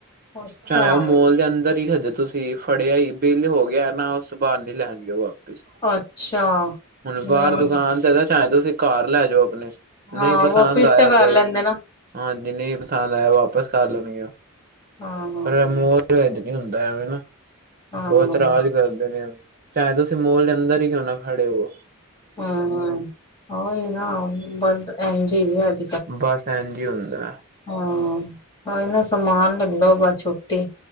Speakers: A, on the left (about 20°); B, on the right (about 40°).
A: ਅੱਛਾ।
B: ਚਾਹੇ ਉਹ ਮੋਲ ਦੇ ਅੰਦਰ ਹੀ ਹਜੇ ਤੁਸੀਂ ਤੇ ਫੜਿਆ ਹੀ ਬਿੱਲ ਹੋ ਗਿਆ ਨਾ ਉਸ ਤੋ ਬਾਅਦ ਨੀ ਲੈਣਗੇ ਉਹ ਵਾਪਿਸ।
A: ਅੱਛਾ।
B: ਹੁਣ ਬਾਹਰ
A: ਮੈਨੂੰ
B: ਦੁਕਾਨ ਤੇ ਚਾਹੇ ਤੁਸੀਂ ਘਰ ਲੈ ਜਾਓ ਆਪਣੇ,
A: ਹਾਂ
B: ਨਹੀਂ ਪਸੰਦ
A: ਵਾਪਿਸ
B: ਆਇਆ
A: ਕਰ
B: ਤੇ।
A: ਲੈਂਦੇ ਨਾ
B: ਹਾਂ ਜੇ ਨਹੀਂ ਪਸੰਦ ਆਇਆ ਵਾਪਸ ਕਰ ਲੈਣਗੇ ੳਹ,
A: ਹਾਂ-ਹਾਂ।
B: ਪਰ ਏ ਮੋ ਜੋ ਇੰਝ ਨੀ ਹੁੰਦਾ ਐਵੇਂ ਨਾ,
A: ਹਾਂ,
B: ਉਹ
A: ਹੂੰ-ਹੂੰ।
B: ਇਤਰਾਜ ਕਰਦੇ ਨੇ ਉਹ। ਚਾਹੇ ਤੁਸੀਂ ਮੋਲ ਦੇ ਅੰਦਰ ਹੀ ਕਿਉਂ ਨਾ ਖੜੇ ਹੋਵੋ।
A: ਹਾਂ-ਹਾਂ, ਉਹ ਹੀ ਨਾ ਬਟ ਇੰਝ ਈ ਏ ਆਜ
B: ਬਸ ਇੰਝ ਈ ਹੁੰਦਾ।
A: ਹੂੰ, ਉਹੀ ਨਾ ਸਮਾਨ ਲੈ ਲੋ ਬਸ ਛੁੱਟੀ